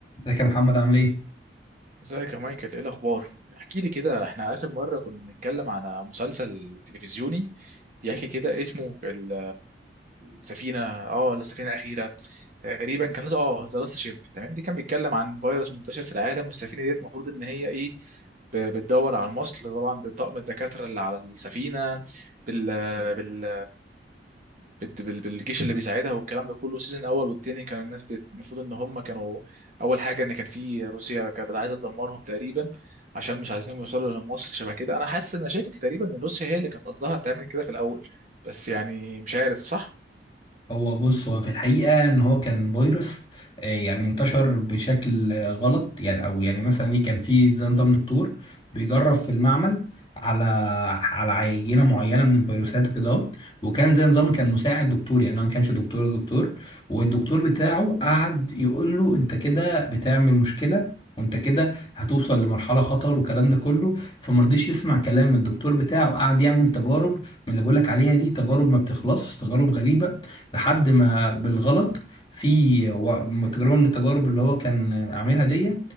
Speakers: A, on the left; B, on the right.
A: ازيك يا محمد عامل ايه؟
B: ازيك يا مايكل ايه الاخبار احكي لي كده احنا اخر مره كنا بنتكلم على مسلسل تلفزيوني بيحكي كده اسمه ال- السفينه اه السفينه الاخيره تقريبا كان لسه اه ذا لاست شيب تمام دي كان بيتكلم عن فيروس منتشر في العالم والسفينه ديت المفروض ان هي ايه ب- بتدور على المصل طبعا بطاقم الدكاتره اللي على السفينه بال... بال... بال- بال- بالجيش اللي بيساعدها والكلام ده كله السيزون الاول والتاني كان الناس بت- المفروض ان هم كانوا اول حاجه ان كان في روسيا كانت عايزه تدمرهم تقريبا عشان مش عايزينهم يوصلوا لمصر شبه كده انا حاسس ان شاكك تقريبا ان روسيا هي اللي كانت قصدها تعمل كده في الاول بس يعني مش عارف صح
A: هو بص هو في الحقيقة إن هو كان فيروس آه، يعني انتشر بشكل آه، غلط يعني أو يعني مثلا إيه كان في زي نظام دكتور بيجرب في المعمل على على عينة معينة من الفيروسات وكده أهو. وكان زي نظام كان مساعد دكتور يعني أنا ما كانش دكتور دكتور والدكتور بتاعه قعد يقول له أنت كده بتعمل مشكلة وأنت كده هتوصل لمرحلة خطر والكلام ده كله فمرضيش يسمع كلام الدكتور بتاعه قعد يعمل تجارب من اللي بقولك عليها دي تجارب ما بتخلص تجارب غريبة لحد ما بالغلط في و- تجربة من التجارب اللي هو كان عاملها دي